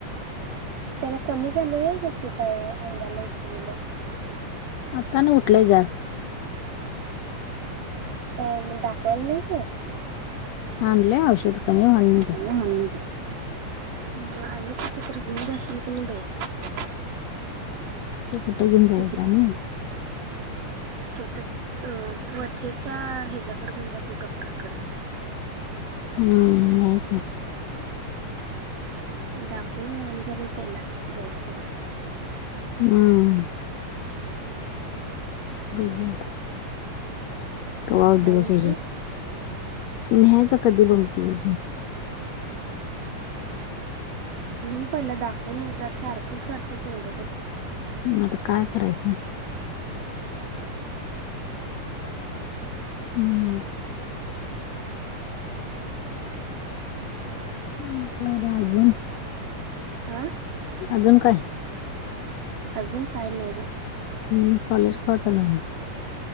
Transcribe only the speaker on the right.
त्याला कमी झालं व ग ते काय अंगाला उठलेलं?
का म दाखवायला नाहीस?
हो ह का मग आल कुठ तर घेऊन जाशील की नाही बाई?
<unintelligible>
ते
तर तुवचेच्या हिच्या्याकड घेऊन जा के डॉक्टरकड.
दाखवून आणजबा पहिला जाऊन त्याला.
काय
म्हटलीस
घेऊन पहिला दाखवून जा सारखं सारखं केवढं ग ते
आह
अजून काय ने्हे?